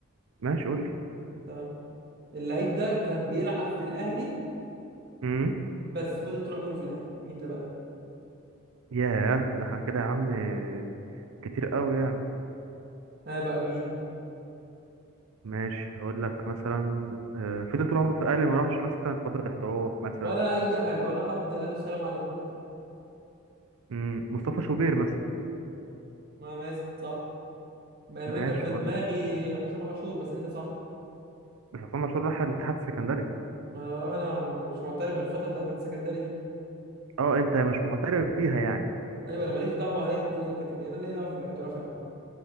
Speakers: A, on the right; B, on the right.
A: ماشي قول لي
B: تمام اللعيب ده كان بيلعب في الاهلي
A: امم
B: بس فضل طول عمره في الاهلي مين ده بقى
A: ياه ده احنا كده يا عم كتير قوي يعني
B: انا بقى مين
A: ماشي هقول لك مثلا آه، فضل طول عمره في الاهلي ما راحش مثلا فتره احتراف مثلا
B: ولا اي حاجه ولا حد قال له السلام عليكم حتى
A: مم، مصطفى شوبير مثلا
B: ما ماسك صح مع ان
A: ماشي
B: انا كان في
A: اقول
B: دماغي
A: لك
B: حسام عاشور بس انت صح
A: بس عصام عاشور راح الاتحاد السكندري
B: ما انا انا م- مش معترف بالفتره بتاعت السكندري دي
A: اه انت مش معترف بيها يعني
B: ايوه انا ماليش دعوه هي الكوره كاتب إيه، انا ليا دعوه باعتراف انا